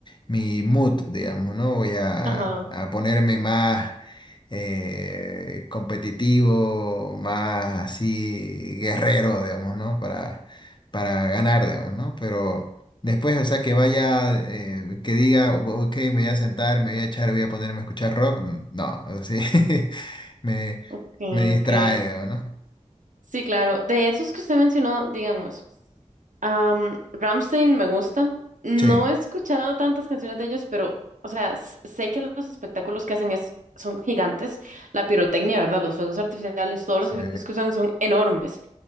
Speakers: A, on the left; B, on the right.
A: mi mood, digamos, ¿no? Voy a,
B: Ajá,
A: a ponerme más eh, competitivo, más así guerrero, digamos, ¿no? Para, para ganar, digamos, ¿no? Pero... Después, o sea, que vaya, eh, que diga, "O- ok, me voy a sentar, me voy a echar, voy a ponerme a escuchar rock. n- No, así <laughs> me,
B: okay,
A: me distrae,
B: okay.
A: digamos, ¿no?
B: Sí, claro. De esos que usted mencionó, digamos, Ramstein Rammstein me gusta. No
A: Sí,
B: he escuchado tantas canciones de ellos, pero, o sea, s- sé que los espectáculos que hacen es, son gigantes. La pirotecnia, ¿verdad? Los fuegos artificiales, todos
A: sí,
B: los efectos que usan son enormes.